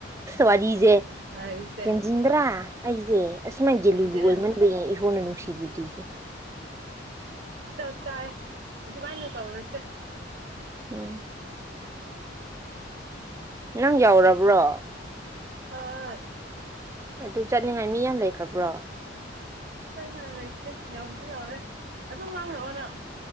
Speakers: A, on the right; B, on the right.
A: ꯋꯥꯔꯤꯁꯦ
B: ꯂꯥꯏꯔꯤꯛꯁꯦ
A: ꯍꯦꯟꯖꯤꯟꯕ꯭ꯔꯥ ꯑꯩ ꯁꯦ ꯑꯁꯨꯃꯥꯏꯅꯗꯤ
B: ꯍꯟꯗꯦ
A: ꯂꯨꯔꯨꯑꯣꯏ
B: ꯍꯟꯗꯦ
A: ꯃꯔꯝꯗꯤ ꯏꯁꯣꯔꯅ ꯅꯨꯡꯁꯤꯕꯤꯗ꯭ꯔꯤꯁꯦ
B: ꯆꯞ ꯆꯥꯏ ꯑꯗꯨꯃꯥꯏꯅ ꯇꯧꯔꯁꯦ
A: ꯎꯝ ꯅꯪ ꯌꯥꯎꯔꯕ꯭ꯔꯣ
B: ꯍꯣꯏ
A: ꯑꯗꯨ ꯆꯠꯅꯤꯡꯉꯥꯏ ꯃꯤ ꯌꯥꯝ ꯂꯩꯈ꯭ꯔꯕ꯭ꯔꯣ
B: ꯆꯠꯉꯥꯏ ꯂꯩꯇꯦ ꯌꯥꯝꯁꯨ ꯌꯥꯝꯃꯦ ꯑꯗꯨꯝ ꯉꯥꯡꯂꯛꯑꯣꯅꯪ